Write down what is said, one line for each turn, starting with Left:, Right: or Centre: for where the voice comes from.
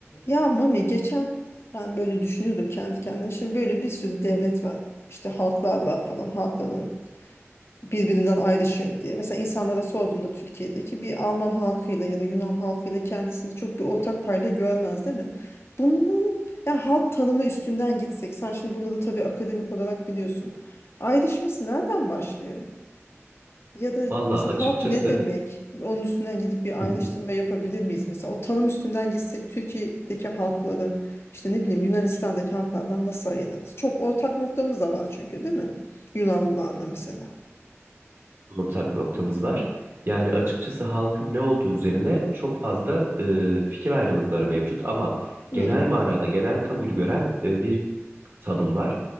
Left: Ya Mami geçen ben böyle düşünüyordum kendi kendime. Şimdi böyle bir sürü devlet var. İşte halklar var falan. Halkların birbirinden ayrışıyor diye. Mesela insanlara sorduğunda Türkiye'deki bir Alman halkıyla ya da Yunan halkıyla kendisinde çok bir ortak payda görmez değil mi? Bunların ya halk tanımı üstünden gitsek. Sen şimdi bunları tabii akademik olarak biliyorsun. Ayrışması nereden başlıyor? Ya da
Right: Valla
Left: mesela
Right: açıkçası
Left: halk ne demek? Onun üstünden gidip bir
Right: hı
Left: ayrıştırma
Right: hı,
Left: yapabilir miyiz? Mesela o tanım üstünden gitsek Türkiye'deki halkları işte ne bileyim Yunanistan'daki halklardan nasıl ayırırız? Çok ortak noktamız da var çünkü değil mi? Yunanlılarla mesela.
Right: ortak noktamız var. Yani açıkçası halkın ne olduğu üzerine çok fazla e, fikir ayrılıkları mevcut ama
Left: Hmm.
Right: genel manada genel kabul gören e, bir tanım var.